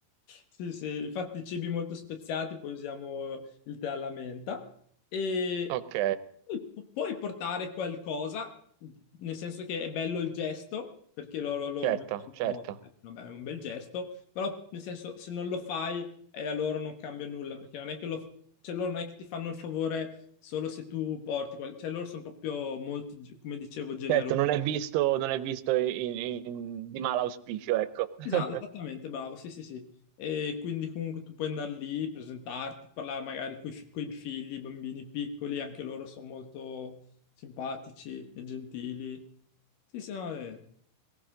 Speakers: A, on the left; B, on the right.
A: Sì, sì, infatti cibi molto speziati, poi usiamo il tè alla menta e
B: Ok,
A: poi pu- puoi portare qualcosa, nel senso che è bello il gesto, perché loro lo
B: certo,
A: vedono,
B: certo.
A: eh, vabbè, è un bel gesto, però nel senso se non lo fai eh, a loro non cambia nulla, perché non è che lo, cioè, loro non è che ti fanno il favore solo se tu porti, qual- cioè loro sono proprio molto, come dicevo, generosi.
B: Certo, non è visto, non è visto in- in- in- di mal auspicio, ecco. <laughs>
A: Esatto, esattamente, bravo, sì, sì, sì. E quindi comunque tu puoi andare lì, presentarti, parlare magari con i figli, i bambini piccoli, anche loro sono molto simpatici e gentili. Sì, sì, no, eh.